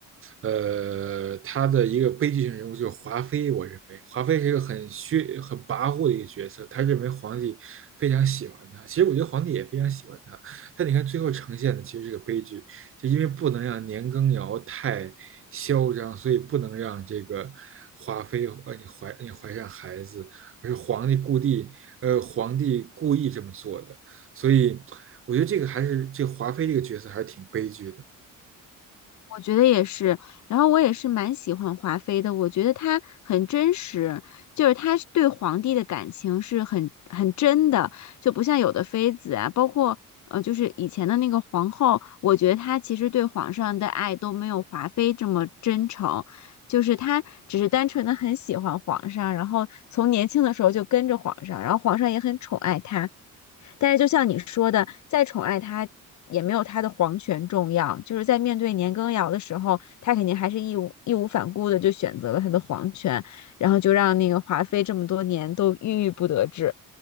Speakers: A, on the right (about 40°); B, on the left (about 60°).
A: 呃，他的一个悲剧性人物就是华妃。我认为华妃是一个很虚、很跋扈的一个角色，他认为皇帝非常喜欢他。其实我觉得皇帝也非常喜欢他，但你看最后呈现的其实是个悲剧，就因为不能让年羹尧太嚣张，所以不能让这个华妃呃你怀你怀上孩子，而是皇帝故地呃皇帝故意这么做的。所以我觉得这个还是这个华妃这个角色还是挺悲剧的。
B: 我觉得也是，然后我也是蛮喜欢华妃的，我觉得她很真实，就是她是对皇帝的感情是很很真的，就不像有的妃子啊，包括呃，就是以前的那个皇后，我觉得她其实对皇上的爱都没有华妃这么真诚。就是他只是单纯的很喜欢皇上，然后从年轻的时候就跟着皇上，然后皇上也很宠爱他。但是就像你说的，再宠爱他也没有他的皇权重要。就是在面对年羹尧的时候，他肯定还是义无义无反顾的就选择了他的皇权，然后就让那个华妃这么多年都郁郁不得志。